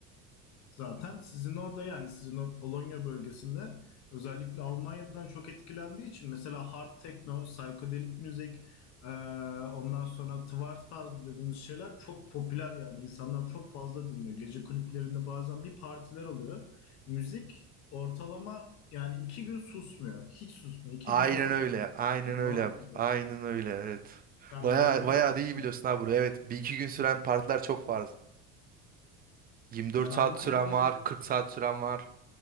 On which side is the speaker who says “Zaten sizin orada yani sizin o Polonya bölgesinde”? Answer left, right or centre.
Left